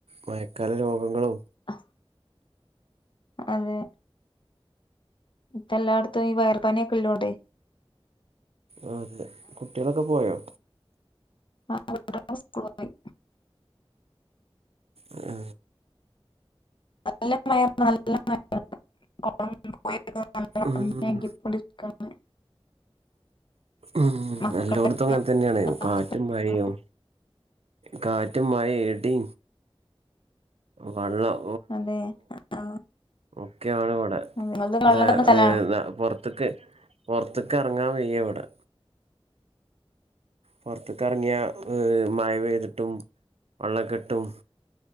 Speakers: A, on the right (about 85°); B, on the left (about 55°).
A: മഴക്കാല രോഗങ്ങളും
B: അ അതെ ഇപ്പ എല്ലാടത്തും ഈ വൈറൽ പനിക്കെ ഉള്ളോണ്ടെ
A: ആ അതെ കുട്ടികളൊക്കെ പോയോ
B: ആ <unintelligible> സ്കൂളിപോയി
A: ആ
B: നല്ല മഴ നല്ല മഴ <unintelligible>
A: ഉം
B: <unintelligible>
A: ഉം
B: മക്കളൊക്കെ
A: എല്ലാടോത്തും അങ്ങനെ തന്നെയാണ് കാറ്റും
B: ശ്രദ്ധിക്കണം.
A: മഴയും കാറ്റും മഴേം ഇടി വെള്ളം
B: അതെ ആ
A: ഓക്കെ ഒക്കെയാണ് ഇവിടെ
B: അതെ നിങ്ങളത് വെള്ളം
A: ഇവിടെ
B: കേറുന്ന സ്ഥലാണോ
A: പുറത്തേക്ക് പുറത്തേക്ക് ഇറങ്ങാൻ വയ്യാ എവിടെ പൊറത്ത്ക്ക് ഇറങ്ങിയ മഴ പെയ്തിട്ടും വെള്ളക്കെട്ടും